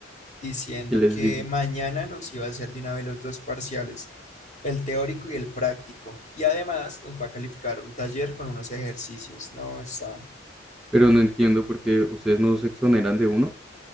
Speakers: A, on the left; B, in the centre.
A: diciendo
B: ¿Qué les
A: que
B: digo?
A: mañana nos iba a hacer de una vez los dos parciales, el teórico y el práctico. Y además nos va a calificar un taller con unos ejercicios, ¿no? Está
B: Pero no entiendo por qué ustedes no se exoneran de uno.